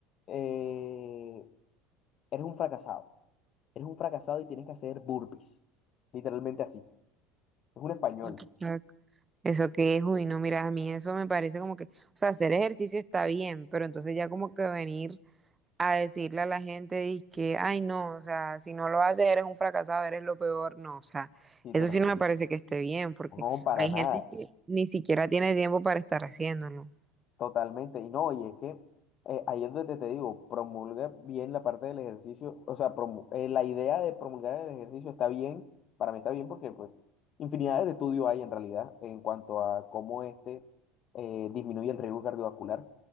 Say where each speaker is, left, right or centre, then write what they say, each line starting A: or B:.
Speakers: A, on the left (about 45°); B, on the right (about 25°).
A: eh, eres un fracasado, eres un fracasado y tienes que hacer burpees, literalmente así, es un español,
B: What the fuck? Eso qué es, uy, no, mira, a mí eso me parece como que, o sea, hacer ejercicio está bien, pero entonces ya como que venir a decirle a la gente dizque ay no, o sea, si no lo haces eres un fracasado, eres lo peor, no, o sea,
A: sí,
B: eso
A: totalmente.
B: sí no me parece que esté bien, porque
A: No, para
B: hay
A: nada.
B: gente que ni siquiera tiene tiempo para estar haciéndolo.
A: Totalmente, y no, y es que eh, ahí es donde te, te digo, promulga bien la parte del ejercicio, o sea, promu- eh, la idea de promulgar el ejercicio está bien, para mí está bien porque pues infinidades de estudios hay en realidad en cuanto a cómo este eh, disminuye el riesgo cardiovascular,